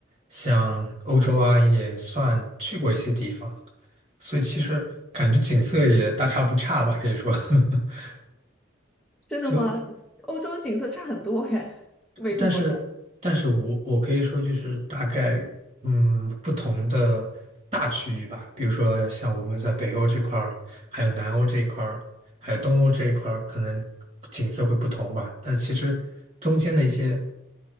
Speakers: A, on the right (about 35°); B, in the centre.
A: 像欧洲啊也算去过一些地方，所以其实感觉景色也大差不差吧，可以说。<laughs>
B: 真的吗？
A: 就
B: 欧洲景色差很多哎，每个国家。
A: 但是但是我我可以说就是大概嗯不同的大区域吧，比如说像我们在北欧这块儿，还有南欧这一块儿，还有东欧这一块儿，可能景色会不同吧。但是其实中间的一些。